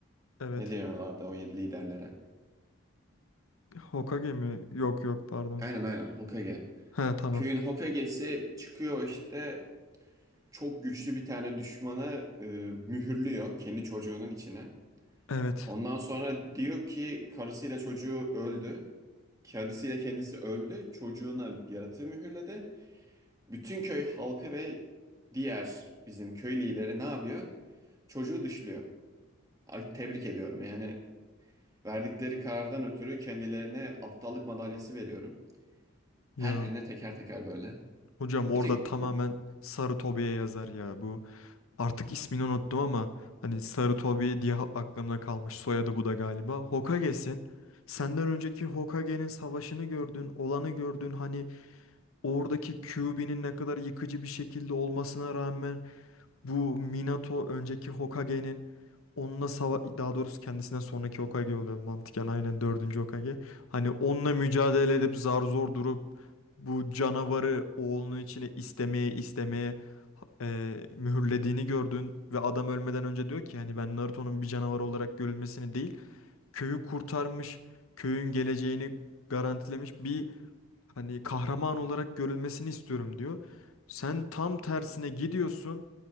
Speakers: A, on the left (about 90°); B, on the right (about 15°).
A: Evet.
B: Ne deniyorlardı o liderlere?
A: Hokage mi? Yok yok pardon.
B: Aynen aynen Hokage.
A: He tamam.
B: Köyün Hokage'si çıkıyor işte çok güçlü bir tane düşmanı e, mühürlüyor kendi çocuğunun içine.
A: Evet.
B: Ondan sonra diyor ki karısıyla çocuğu öldü. Karısıyla kendisi öldü. Çocuğuna bir yaratığı mühürledi. Bütün köy halkı ve diğer bizim köy lideri ne yapıyor? Çocuğu dışlıyor. Ay, tebrik ediyorum. Yani verdikleri karardan ötürü kendilerine aptallık madalyası veriyorum.
A: Ya
B: Her birine teker teker böyle.
A: hocam orada
B: Bir tek
A: tamamen Sarı Tobi'ye yazar ya bu. Artık ismini unuttum ama hani Sarutobi diye ha- aklımda kalmış. Soyadı bu da galiba. Hokage'sin. Senden önceki Hokage'nin savaşını gördün, olanı gördün. Hani oradaki Kyuubi'nin ne kadar yıkıcı bir şekilde olmasına rağmen bu Minato önceki Hokage'nin onunla sava daha doğrusu kendisinden sonraki Hokage oluyor mantıken aynen dördüncü Hokage. Hani onunla mücadele edip zar zor durup bu canavarı oğlunun içine istemeye istemeye e, mühürlediğini gördün ve adam ölmeden önce diyor ki hani ben Naruto'nun bir canavar olarak görülmesini değil köyü kurtarmış köyün geleceğini garantilemiş bir hani kahraman olarak görülmesini istiyorum diyor. Sen tam tersine gidiyorsun